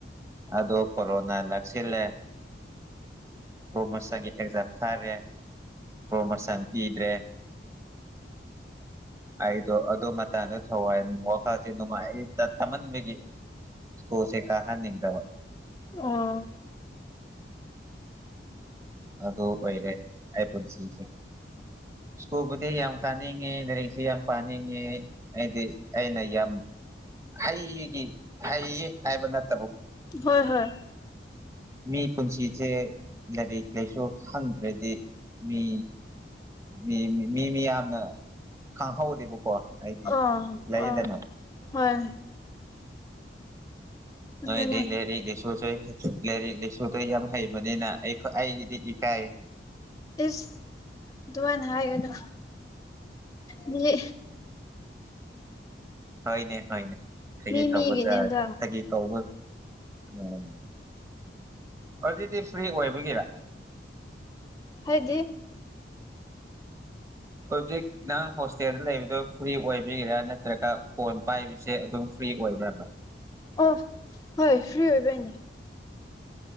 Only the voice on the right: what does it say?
ꯑꯗꯣ ꯀꯣꯔꯣꯅꯥ ꯅꯛꯁꯤꯜꯂꯦ ꯄ꯭ꯔꯣꯃꯣꯁꯟꯒꯤ ꯑꯦꯛꯖꯥꯝ ꯊꯥꯔꯦ ꯄ꯭ꯔꯣꯃꯣꯁꯟ ꯄꯤꯗ꯭ꯔꯦ INAUDIBLE ꯑꯩꯗꯣ ꯑꯗꯨ ꯃꯇꯥꯡꯗ ꯊꯋꯥꯏ ꯋꯥꯈꯜꯖꯦ ꯅꯨꯡꯉꯥꯏ ꯇ ꯃꯟꯕꯒꯤ ꯁ꯭ꯀꯨꯜꯖꯦ ꯀꯥꯍꯟꯅꯤꯡꯗꯕ
ꯑꯗꯨ ꯑꯣꯏꯔꯦ ꯑꯩ ꯄꯨꯟꯁꯤꯖꯦ ꯁ꯭ꯀꯨꯜꯕꯨꯗꯤ ꯌꯥꯝ ꯀꯥꯅꯤꯡꯉꯦ ꯂꯥꯢꯔꯤꯛꯁꯦ ꯌꯥꯝ ꯄꯥꯅꯤꯡꯉꯦ ꯑꯩꯗꯤ ꯑꯩꯅ ꯌꯥꯝ ꯍꯩꯒꯤ ꯍꯩꯌꯦ ꯍꯥꯌꯕ ꯅꯠ
ꯃꯤ ꯄꯨꯟꯁꯤꯁꯦ ꯂꯥꯏꯔꯤꯛ ꯂꯥꯏꯁꯨ ꯍꯪꯗ꯭ꯔꯗꯤ ꯃꯤ ꯃꯤ ꯃꯤ ꯃꯤ ꯌꯥꯝꯅ ꯈꯪꯍꯧꯗꯦꯕꯀꯣ ꯍꯥꯏꯗꯤ
ꯂꯩꯌꯦꯗꯅ
ꯅꯣꯏꯗꯤ ꯂꯥꯏꯔꯤꯛ ꯂꯥꯏꯁꯨꯁꯨ ꯂꯥꯏꯔꯤꯛ ꯂꯥꯏꯁꯨꯗꯣ ꯌꯥꯝ ꯍꯩꯕꯅꯤꯅ ꯑꯩ ꯑꯩꯒꯤꯗꯤ ꯏꯀꯥꯏꯌꯦ
ꯍꯣꯏꯅꯦ ꯍꯣꯏꯅꯦ ꯐꯥꯒꯤ
ꯇꯧꯕꯖꯗ
ꯐꯥꯒꯤ ꯇꯧꯕ ꯎꯝ ꯍꯧꯖꯤꯛꯇꯤ ꯐ꯭ꯔꯤ ꯑꯣꯏꯕꯒꯤꯔ
ꯍꯧꯖꯤꯛ ꯅꯪ ꯍꯣꯁꯇꯦꯜꯗ ꯂꯩꯕꯗꯨ ꯐ꯭ꯔꯤ ꯑꯣꯏꯕꯤꯒꯔꯥ ꯅꯠꯇ꯭ꯔꯒ ꯐꯣꯟ ꯄꯥꯏꯕꯁꯦ ꯑꯗꯨꯝ ꯐ꯭ꯔꯤ ꯑꯣꯏꯕ꯭ꯔꯕ